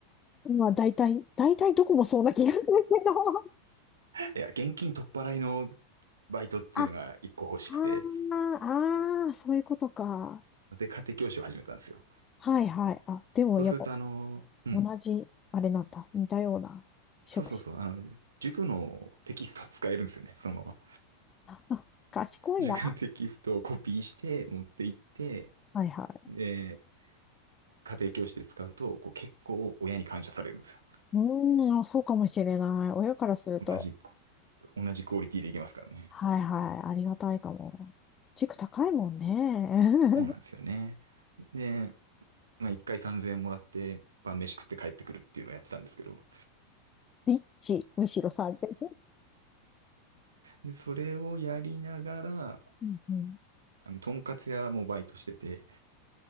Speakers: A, on the left; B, on the right.
A: に。まあ、大体、大体どこもそうな気がするけど。
B: いや、現金取っ払いのバイトっていうのが1個欲しくて、
A: <laughs> あ、あーあー、そういうことか。
B: で、家庭教師を始めたんですよ。
A: はいはい。あ、でもやっぱ
B: そうすると、あの、うん、
A: 同じ、あれなんだ。似たような職種。
B: そうそうそう、あの、塾のテキストは使えるんですよね、そのまま。
A: あ、賢いな。
B: 塾のテキストをコピーして持って行って、
A: はいはい。
B: で、家庭教師で使うと、こう結構親に感謝されるんですよ。
A: うーん、あそうかもしれない。親からすると。
B: 同じ、同じクオリティでいけますからね。
A: はいはい。ありがたいかも。塾高いもんね。<laughs>
B: そうなんですよね。で、まあ一回3000円もらって晩飯食って帰ってくるっていうのをやってたんですけど、
A: リッチ。むしろ3000。
B: で、それをやりながら、
A: うんうん。
B: あの、とんかつ屋もバイトしてて、